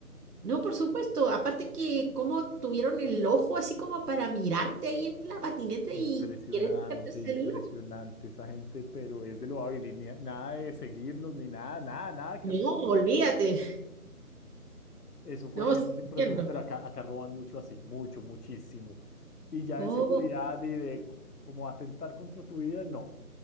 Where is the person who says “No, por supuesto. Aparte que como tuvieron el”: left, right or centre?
Right